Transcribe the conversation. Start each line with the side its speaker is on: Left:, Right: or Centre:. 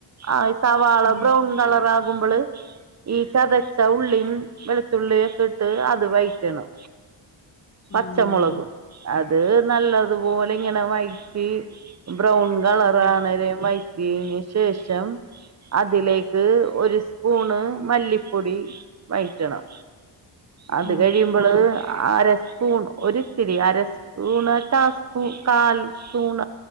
Right: ആഹ് സവാള
Left: ഉം
Right: ബ്രൗൺ കളർ ആകുമ്പള് ഈ ചതച്ച ഉള്ളീം വെളുത്തുള്ളി ഒക്കെ ഇട്ട് അത് വയ്റ്റണം.
Left: ഉം
Right: പച്ചമുളകും അത് ത് നല്ലത്പോലെ ഇങ്ങനെ വൈറ്റി ബ്രൗൺ കളറ്
Left: ഉം
Right: ആണരെ വൈ ശേഷം അതിലേക്ക് ഒരു സ്പൂണ് മല്ലിപ്പൊടി വയ്റ്റണം അത്
Left: ഉം
Right: കഴിയും <unintelligible> അര സ്പൂൺ ഒരുത്തിരി അരസ്പൂ സൂണാ ടാസ്‌ക്കു കാൽ സൂണ